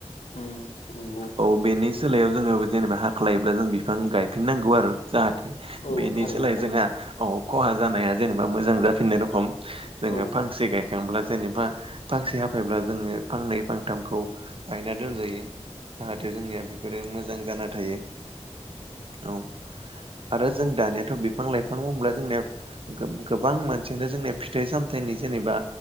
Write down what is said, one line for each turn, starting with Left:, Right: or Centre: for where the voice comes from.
Left: उम। नंगौ
Right: औ बेनि सोलायाव जोङो जेनेबा हाख्लायोब्ला जों बिफां गायफिननांगौ आरो जाहाथे
Left: औ
Right: बेनि
Left: थारैनो
Right: सोलाय
Left: थारैनो
Right: जोंहा औ। खहा जानाया जेनेबा मोजां जाफिननाय रखम
Left: औ
Right: जोङो फांसे गायखांब्ला जेनेबा फांसे हाफायब्ला जोङो फांनै फांथामखौ गायना दोनजायो। जाहाथे जोंनिया बेफोरो मोजां जाना थायो औ। आरो जों
Left: औ
Right: दानियाथ' बिफां लाइफां बुंब्ला जोंनिया गोबां मानसियानो जोंनिया फिथाइ सामथाइनि जेनेबा